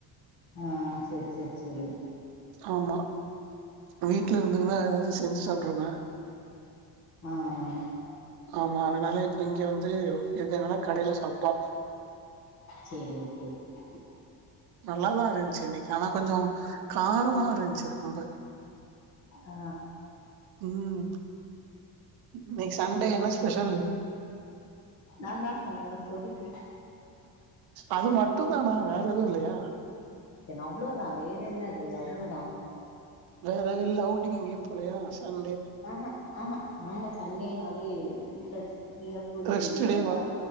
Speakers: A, on the left; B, on the right.
A: ஆ சேர் சேர் செரி
B: ஆமா வீட்ல இருந்துருந்தா எதாச்சு செஞ்சு சாப்ட்ருப்பே
A: ம் ம் ம்
B: ஆமா அதனால இப்ப இங்க வந்து இருக்கதுனால கடைல சாப்ட்டோ
A: சேரி ஓகே ஓகே ஓகே
B: நல்லாதா இருந்ச்சு இன்னைக்கு ஆனா கொஞ்சோ காரமா இருந் ச்சு ரொம்ப
A: ஆ
B: ம் இன்னைக் சண்டே என்ன ஸ்பெஷல்
A: நாந்தா சொன்னேல்ல சொதிக்
B: அது மட்டுந்தானா வேற எதுவு இல்லயா
A: என் அவ்ளோதா வேற என்னது அவ்ளோதா
B: வேற எது இல்ல அவுட்டிங் எங்கியும் போலயா சண்டே
A: அ அ அ அ நாங்க சண்டேனாலே விட்டாச்சு ஃப்ரீயா தூங்கி
B: ரெஸ்ட்
A: எந்திரி
B: டேவா